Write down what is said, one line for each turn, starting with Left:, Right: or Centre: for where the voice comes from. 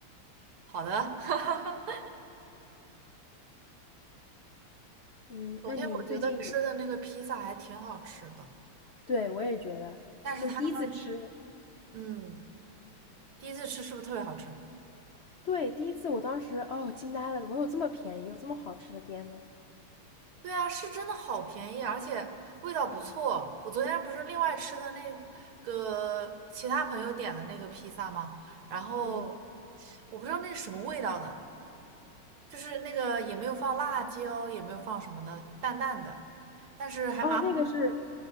Right: 好的，<laughs>
Left: 嗯，
Right: 昨天我觉得吃的那个披萨还挺好吃的，
Left: 那你最近有？对，我也觉得，
Right: 但是他们，
Left: 就是第一次吃，
Right: 嗯，第一次吃是不是特别好吃？
Left: 对，第一次我当时哦惊呆了，怎么有这么便宜，有这么好吃的店呢？
Right: 对啊，是真的好便宜，而且味道不错。我昨天不是另外吃的那个其他朋友点的那个披萨吗？然后
Left: 嗯，
Right: 我不知道那是什么味道的，就是那个也没有放辣椒，也没有放什么的，淡淡的，但是还蛮，
Left: 哦，那个是